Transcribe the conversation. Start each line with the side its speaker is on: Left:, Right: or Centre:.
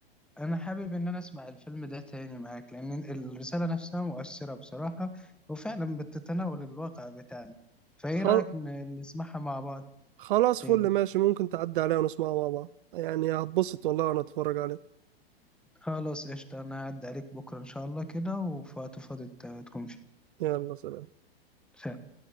Centre: انا حابب ان انا اسمع الفيلم ده تاني معاك لان الرسالة نفسها مؤثرة بصراحة وفعلا بتتناول الواقع بتاعنا فايه
Right: خل...
Centre: رأيك ن- نسمعها مع بعض
Right: خلاص
Centre: تاني
Right: فل ماشي ممكن تعدي عليها ونسمعها مع بعض يعني هتبسط والله وأنا أتفرج عليه
Centre: خلاص قشطة انا هعدي عليك بكرة ان شاء الله كده وفي وقت فاضي ت- تكون فيه
Right: يلا سلام
Centre: سلام.